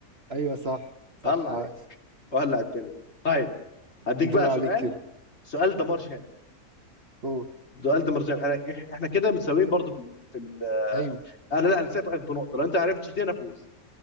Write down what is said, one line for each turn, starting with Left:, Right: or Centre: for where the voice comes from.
Right: ايوه صح صح
Left: الله عليك
Right: عاش
Left: وهلا على الدنيا طيب هديك
Right: دور
Left: بقى
Right: عليك
Left: سؤال
Right: كده
Left: سؤال دمار شامل
Right: قول
Left: سؤال دمار شامل انا إح- احنا كده متساويين برضه في ال... في ال... آه،
Right: ايوه
Left: انا لا انا سابقك بنقطه لو انت ما عرفتش دي انا فوز